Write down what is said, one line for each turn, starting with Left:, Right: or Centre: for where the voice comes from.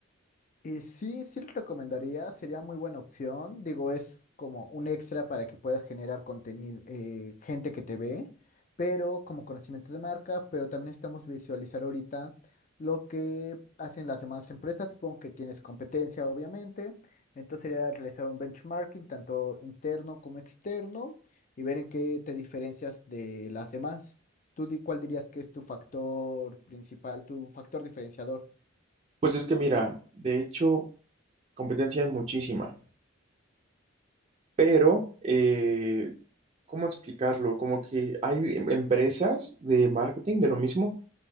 Left: Y sí, sí lo recomendaría, sería muy buena opción. Digo, es como un extra para que puedas generar contenido, eh, gente que te ve, pero como conocimiento de marca, pero también necesitamos visualizar ahorita lo que hacen las demás empresas. Supongo que tienes competencia, obviamente. Entonces sería realizar un benchmarking, tanto interno como externo, y ver en qué te diferencias de las demás. ¿Tú di- cuál dirías que es tu factor principal, tu factor diferenciador?
Right: Pues es que mira, de hecho, competencia hay muchísima, pero eh, ¿cómo explicarlo? Como que hay em, empresas de marketing de lo mismo